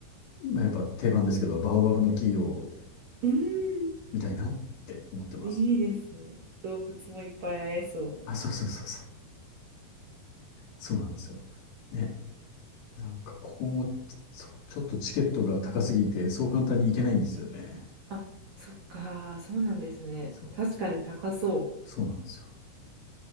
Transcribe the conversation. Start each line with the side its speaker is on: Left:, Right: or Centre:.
Left: まあ、やっぱ定番ですけど、バオバブの木を
Right: うん。
Left: 見たいなって思ってます。
Right: いいですね。動物もいっぱい会えそう。
Left: あ、そうそうそうそう。そうなんですよ。ね。なんか、ここも、そう、ちょっとチケットが高すぎて、そう簡単に行けないんですよね。
Right: あ、そっか、そうなんですね。
Left: そう、
Right: 確かに高そ
Left: そうなんですよ。